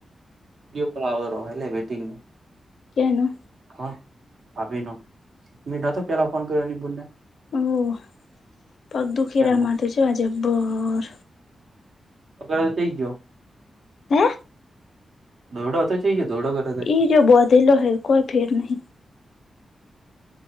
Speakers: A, on the right; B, on the left.
A: વિડીયો કોલ આવેરો એટલે વેઈટિંગમાં
B: કેનું?
A: હહ ભાભીનો મે નતો પેલા ફોન કર્યો એની બુનને
B: ઓહ! પગ દુખીરા
A: એમાં
B: માર તો જો આજે બર
A: <inaudible> થઈ ગયો
B: હે
A: દોરડા હોય તો ચઈએ દોડા <inaudible>
B: ઈ રયો બોધેલો હે કોઈ ફેર નહી.